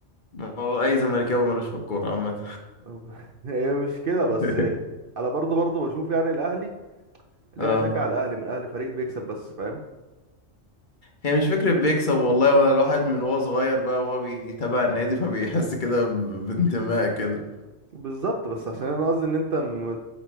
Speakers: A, on the left; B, on the right.
A: ما هو اي زملكاوي ملوش في الكوره عامه
B: <laughs> هي مش كده بس
A: <laughs>
B: انا برضو برضو بشوف يعني الاهلي ليه
A: اه
B: اشجع الاهلي من الاهلي فريق بيكسب بس فاهم
A: هي مش فكره بيكسب والله هو الواحد من وهو صغير بقى وهو بيتابع النادي فبيحس كده ب- بانتماء كده
B: بالظبط بس عشان انا قصدي ان انت م-